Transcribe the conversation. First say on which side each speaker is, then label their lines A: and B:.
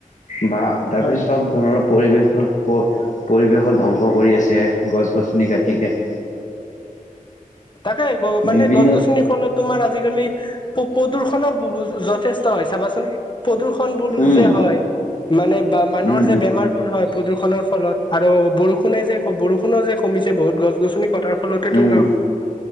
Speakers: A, on the left; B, on the left.
A: বা তাৰপিছত
B: হয়
A: চব ধৰণৰ পৰিবেশ প-পৰিৱেশৰ ধ্বংস কৰি আছে। যে গছ গছনি কটিকে
B: তাকে মানে
A: বিভিন্ন
B: গছ গছনিৰ ফলত তোমাৰ আজিকালি পো প্ৰদূষণো যথেষ্ট হয় চাবাচোন প্ৰদূষণ বোৰ
A: উম
B: যে হয় মানে বা মানুহৰ
A: উম
B: যে
A: উম
B: বেমাৰবোৰ হয় প্ৰদূষণৰ ফলত আৰু বৰষুণে যে বৰষুণো যে কমিছে, বহুত গছ গছনি কটাৰ ফলতেতো
A: উম।
B: ন